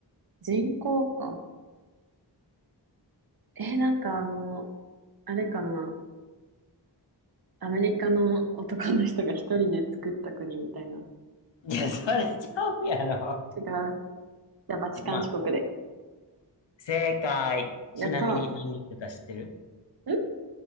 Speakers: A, on the right; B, on the left.
A: 人口か。えーなんかあの、あれかな。アメリカの男の人が一人で作った国みたいな。
B: いや、それちゃうやろ。
A: 違う。じゃあ、バチカン四国で。
B: ちょまあ、正解。ちなみに何人いるか知ってる
A: やったー。ん